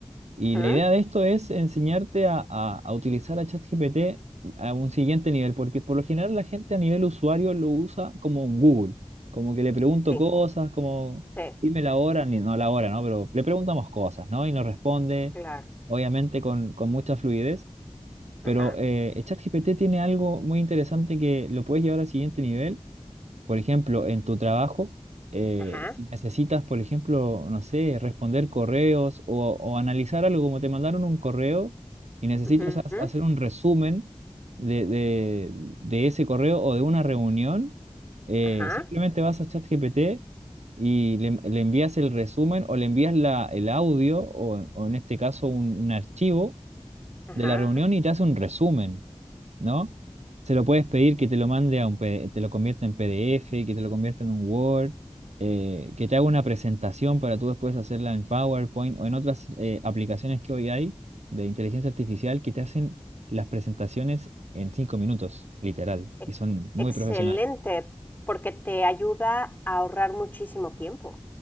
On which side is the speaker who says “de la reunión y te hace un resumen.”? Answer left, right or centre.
Right